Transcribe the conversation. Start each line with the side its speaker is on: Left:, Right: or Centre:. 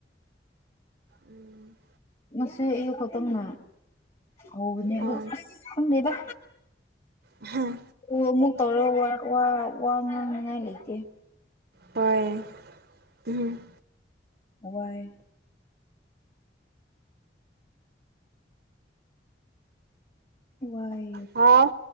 Right: ꯎꯝ
Left: ꯉꯁꯤ ꯑꯌꯨꯛ ꯈꯛꯇꯝꯅ ꯍꯧꯕꯅꯦꯕ
Right: ꯑꯥ
Left: ꯑꯁ ꯈꯪꯗꯦꯗ
Right: ꯍꯝ
Left: ꯑꯣ ꯑꯃꯨꯛ ꯇꯧꯔꯒ ꯋꯥ ꯋꯥ ꯋꯥꯉꯥꯡꯅꯤꯉꯥꯏ ꯂꯩꯇꯦ
Right: ꯍꯣꯏ ꯎꯝꯍꯝ
Left: ꯋꯥꯏ ꯋꯥꯏ
Right: ꯍꯥꯎ